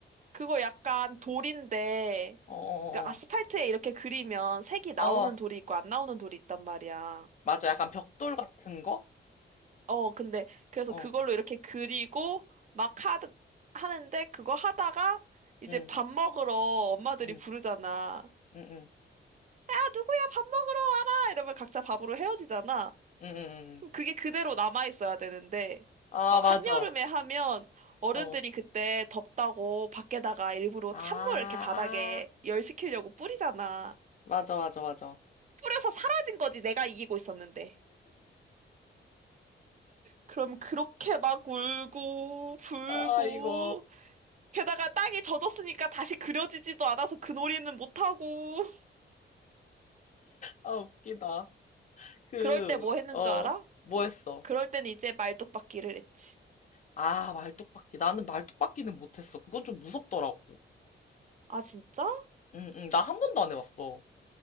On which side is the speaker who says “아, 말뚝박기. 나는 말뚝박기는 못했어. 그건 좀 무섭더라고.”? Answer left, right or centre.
Left